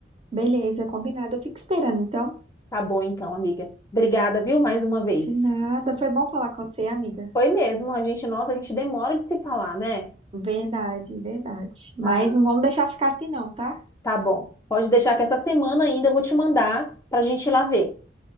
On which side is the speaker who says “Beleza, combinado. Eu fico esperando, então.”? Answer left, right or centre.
Right